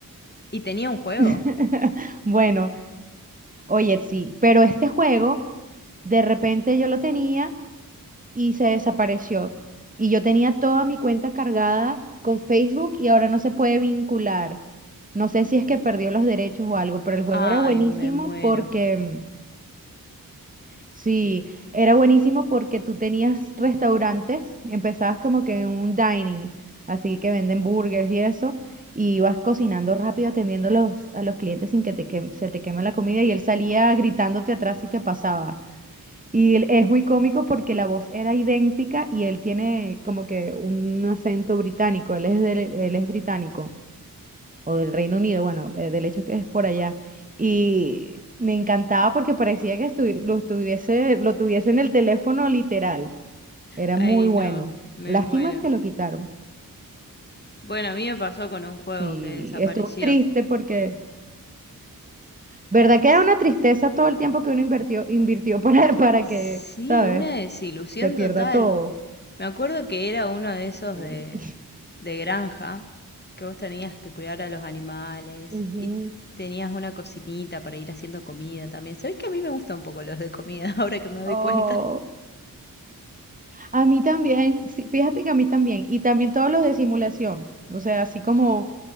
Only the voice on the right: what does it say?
<laughs> Bueno, oye, sí, pero este juego, de repente yo lo tenía. y se desapareció. Y yo tenía toda mi cuenta cargada con Facebook y ahora no se puede vincular. No sé si es que perdió los derechos o algo, pero el juego
era buenísimo
porque, mm, sí, era buenísimo porque tú tenías restaurantes, empezabas como que en un dining, así que venden burgers y eso, y ibas cocinando rápido, atendiendo a los, a los clientes sin que, te quem- se te queme la comida y él salía gritándote atrás si te pasaba. Y él- es muy cómico porque la voz era idéntica y él tiene como que un acento británico, él es, del- él es británico o del Reino Unido, bueno, eh, del hecho que es por allá. Y me encantaba porque parecía que estu- lo, estuviese, lo tuviese en el teléfono literal, era
muy bueno.
Lástima
que lo quitaron.
Sí,
estuvo triste porque, ¿verdad que
era una tristeza todo el tiempo que uno invirtió, invirtió para, <laughs> para
que, ¿sabes?
Se pierda
todo.
Sí.
Ujú.
Oh,
a mí también, sí, fíjate que a mí también, y también todos los de simulación, o sea, así como,